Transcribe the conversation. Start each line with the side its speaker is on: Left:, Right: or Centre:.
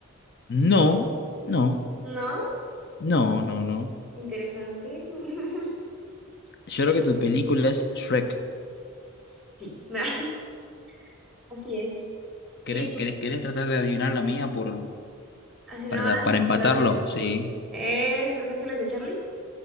Left: No, no,
Centre: ¿No?
Left: no,
Centre: Mm,
Left: no, no.
Centre: interesante. <laughs>
Left: Yo creo que tu película es Shrek.
Centre: Sí, <laughs> así es.
Left: ¿Querés,
Centre: Y tú,
Left: querés, querés tratar de adivinar la mía por,
Centre: así nada
Left: para, para
Centre: más,
Left: empatarlo?
Centre: para ver.
Left: Sí.
Centre: ¿Es Los Ángeles de Charlie?